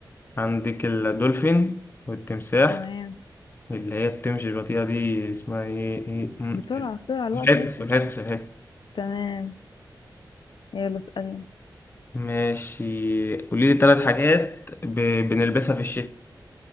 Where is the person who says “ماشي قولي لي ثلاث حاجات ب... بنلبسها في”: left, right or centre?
Left